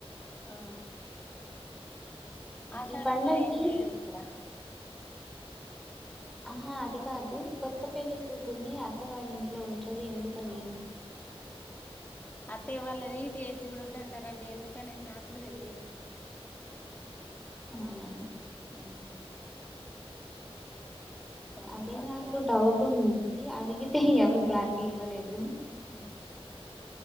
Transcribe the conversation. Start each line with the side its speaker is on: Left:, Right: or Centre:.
Left: ఆ ఆషాడంలో
Centre: ఈ పండగకి
Left: ఏం చెయరు ఇక్కడ
Centre: ఆహా అది కాదు కొత్త పెళ్లి కూతుర్ని అత్తవాళ్ళ ఇంట్లో ఉంచరు ఎందుకని
Left: అత్తయ్య వాళ్ళది ఫేస్ చూడొదు అంటారండి ఎందుకనేది నాకు కూడా తెలీదు
Centre: అవునా
Left: మ్మ్ అనేసి
Centre: అదే
Left: అత్తయ్య
Centre: నాకు
Left: వాళ్ళ
Centre: డౌట్ ఉన్నింది అడిగితే ఎవరు క్లారిటీ ఇవ్వలేదు
Left: మ్మ్ హు